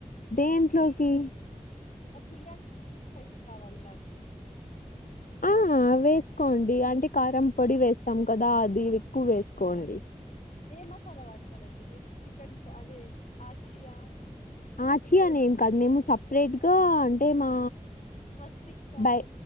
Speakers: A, on the left; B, on the left.
A: దేంట్లోకి
B: అది బిర్యానీకూ స్పైసి కావాలి నాకు
A: ఆ వేసుకోండి అంటే కారం పొడి వేస్తాం కదా అది ఎక్కువ వేసుకోండి
B: ఏ మసాలా వాడతారండి మీరు చికెన్ అదే ఆచియా
A: ఆచి అని ఏం కాదు మేము సపరేట్ గా అంటే మా
B: స్వస్తికా
A: బయ్